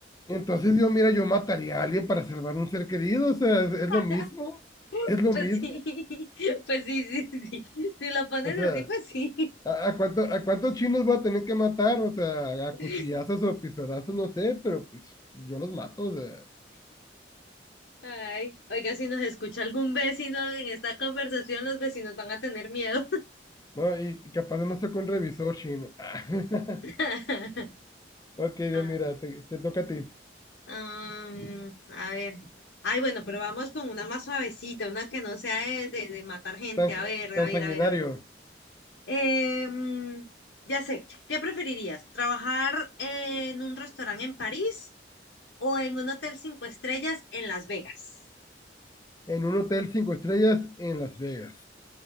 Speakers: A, on the left (about 20°); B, on the left (about 85°).
A: Entonces yo, mira, yo mataría a alguien para salvar un ser querido, o sea, es, es
B: <laughs>
A: lo mismo, es lo
B: Pues
A: mismo,
B: sí, <laughs> pues sí, sí, sí. Si lo pones
A: o sea,
B: así, pues sí.
A: ¿a, a cuánto- a cuántos chinos voy a tener que matar? O sea, a
B: <laughs>
A: cuchillazos o pistolazos, no sé, pero pues yo los mato, o sea,
B: Ay, oiga, si nos escucha algún vecino en esta conversación, los vecinos van a tener miedo.
A: ¿no? Y, y capaz de no estoy con revisor chino. <laughs>
B: <laughs>
A: Ok, Dios,
B: Ah,
A: mira, te, te toca a ti.
B: am, a ver. Ay, bueno, pero vamos con una más suavecita, una que no sea de, de- de matar gente.
A: Tan,
B: A
A: s-
B: ver, a
A: tan
B: ver,
A: sanguinario,
B: a ver, a ver. Em, ya sé, ¿qué preferirías? ¿Trabajar en un restaurante en París o en un hotel cinco estrellas en Las Vegas.
A: en un hotel cinco estrellas en Las Vegas.